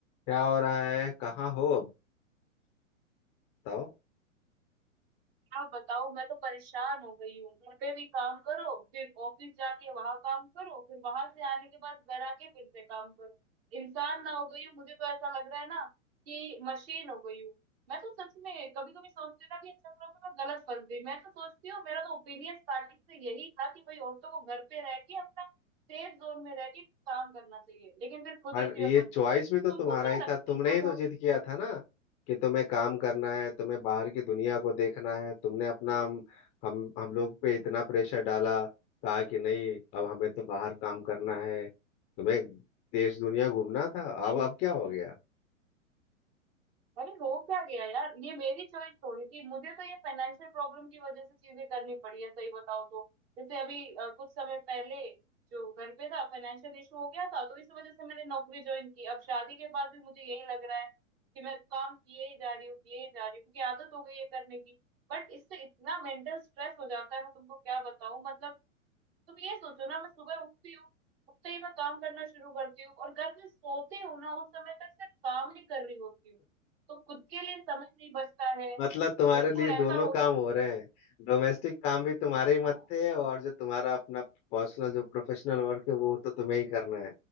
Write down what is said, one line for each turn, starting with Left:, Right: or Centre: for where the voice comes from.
Left: क्या हो रहा है कहाँ हो अब बताओ
Right: क्या बताओ मैं तो परेशान हो गई हूँ घर पे भी काम करो फिर ऑफिस जाके वहां काम करो फिर वहां से आने के बाद घर आके फिर से काम करो इंसान ना हो गई हूँ मुझे तो ऐसा लग रहा है ना कि मशीन हो गई हूँ मैं तो सच में कभी कभी सोचती हूँ ना कि इन चक्करों में मैं गलत फंस गई मैं तो सोचती हूँ मेरा तो ओपिनियन स्टार्टिंग से यही था कि भाई औरतों को घर पे रह के अपना सेफ जोन में रह के काम करना चाहिए लेकिन फिर खुद
Left: पर
Right: इसी
Left: ये
Right: में फंस
Left: चॉइस
Right: गई तुमको
Left: भी तो तुम्हारा
Right: क्या
Left: ही
Right: लगता
Left: था तुमने
Right: है हम
Left: ही तो जिद किया था ना कि तुम्हें काम करना है तुम्हें बाहर की दुनिया को देखना है तुमने अपना हम हम हम लोग पे इतना प्रेशर डाला कहा कि नहीं अब हमें तो बाहर काम करना है तुम्हें देश दुनिया घूमना था अब
Right: और
Left: अब क्या हो गया
Right: अरे हो क्या गया यार ये मेरी चॉइस थोड़ी थी मुझे तो ये फाइनेंशियल प्रॉब्लम की वजह से चीजें करनी पड़ी है सही बताओ तो जैसे अभी अ, कुछ समय पहले जो घर पे था फाइनेंशियल इशू हो गया था तो इस वजह से मैंने नौकरी ज्वाइन की अब शादी के बाद भी मुझे यही लग रहा है कि मैं काम किए ही जा रही हूँ किए ही जा रही हूँ क्योंकि आदत हो गई है करने की बट इससे इतना मेंटल स्ट्रेस हो जाता है मैं तुमको क्या बताऊं मतलब तुम ये सोचो ना मैं सुबह उठती हूँ उठते ही मैं काम करना शुरू करती हूँ और घर में सोते हो ना उस समय तक सिर्फ काम ही कर रही होती हूँ तो खुद के लिए समय नहीं बचता है
Left: मतलब तुम्हारे
Right: बिल्कुल
Left: लिए
Right: ऐसा
Left: दोनों
Right: हो
Left: काम
Right: गया
Left: हो रहे हैं डोमेस्टिक काम भी तुम्हारे ही मत्थे
Right: हाँ
Left: है और जो तुम्हारा अपना पर्सनल जो प्रोफेशनल वर्क है वो तो तुम्हें ही करना है